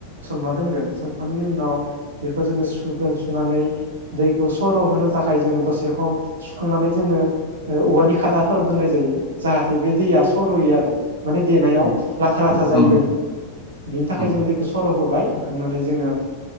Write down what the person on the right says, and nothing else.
मा दोनगोन सोमखांनायनि उनाव बेखौ जोङो सुगोन सुनानै दैखौ सर' होनो थाखाय जोङो दसे सम सुखांनानै जोङो औवानि खादाफोराव दोननाय जायो जाहाथे बे दैया सर'यो आरो माने देनायाव
लाथा लाथा जायि
बायदि बिनि थाखाय
जों दैखौ सर' होबाय होखांनानै जोङो